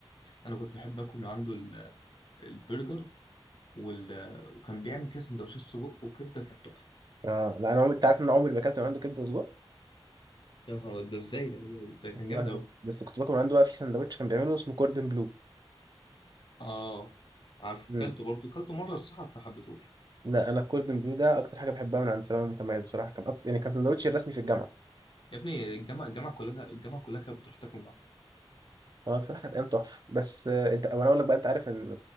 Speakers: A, on the left; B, on the right.
A: انا كنت بحب اكل من عنده ال- البرجر وال... وكان بيعمل كده سندوتشات سجق وكبده كانت تحفه
B: آه لا انا عمري- انت عارف ان انا عمري ما اكلت من عنده كبده وسجق
A: يا نهار أبيض، ده ازاي ده ده ده كان
B: والله
A: جامد قوي
B: بس بس كنت باكل من عنده بقى في سندوتش كان بيعمله اسمه كوردن بلو
A: اه عارف
B: مم.
A: كلته برضه كلته مره الصراحه بس ما حبيتهوش
B: لا انا الكوردن بلو ده اكتر حاجه بحبها من عند سلامه متميز بصراحه كان أكتر يعني كان سندوتشي الرسمي في الجامعه
A: يا ابني الجامعه الجامعه كلها الجامعه كلها كانت بتروح تاكل من عنده
B: هو بصراحه كانت ايام تحفه بس آه، انت وانا اقول لك بقى انت عارف ان